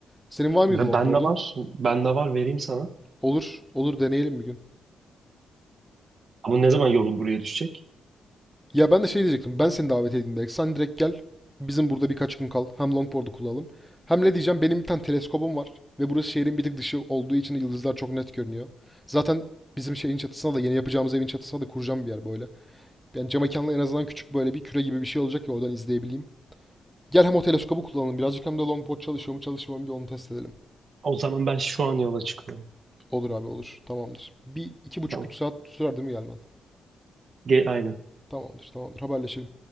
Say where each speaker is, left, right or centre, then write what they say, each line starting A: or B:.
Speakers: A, in the centre; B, on the right (about 55°).
A: Senin var mıydı
B: Ve
A: longboard'un?
B: Bende var. Bende var vereyim sana.
A: Olur. Olur deneyelim bir gün.
B: Ama ne zaman yolun buraya düşecek?
A: Ya ben de şey diyecektim. Ben seni davet edeyim belki. Sen direkt gel. Bizim burada birkaç gün kal. Hem longboard'u kullanalım. Hem ne diyeceğim? Benim bir tane teleskobum var. Ve burası şehrin bir tık dışı olduğu için yıldızlar çok net görünüyor. Zaten bizim şeyin çatısına da yeni yapacağımız evin çatısına da kuracağım bir yer böyle. Yani cam mekanla en azından küçük böyle bir küre gibi bir şey olacak ki oradan izleyebileyim. Gel hem o teleskobu kullanalım birazcık hem de longboard çalışıyor mu çalışmıyor mu bir onu test edelim.
B: O zaman ben şu an yola çıkıyorum.
A: Olur abi olur. Tamamdır. Bir iki buçuk
B: Tamam.
A: üç saat sürer değil mi gelmen?
B: Gel, aynen.
A: Tamamdır tamamdır haberleşelim.